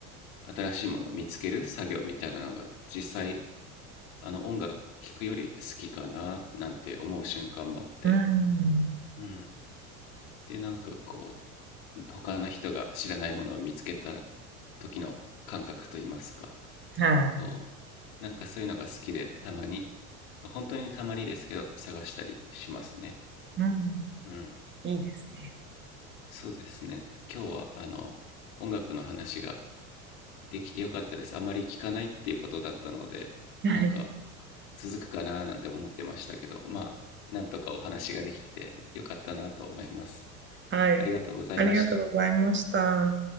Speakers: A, on the left; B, on the right.
A: 新しいものを見つける作業みたいなのが実際、あの音楽聴くより好きかななんて思う瞬間もあって。
B: うん。
A: うん。で、なんかこう、他の人が知らないものを見つけた時の感覚といいますか、
B: はい。
A: こう、なんかそういうのが好きで、たまに、本当にたまにですけど、探したりしますね。
B: うん。
A: うん。
B: いいですね。
A: そうですね。今日はあの音楽の話ができてよかったです。あまり聞かないっていうことだったので、
B: はい。
A: なんか続くかななんて思ってましたけど、まあ、なんとかお話ができてよかったなと思います。
B: はい。
A: ありがとうございました。
B: ありがとうございました。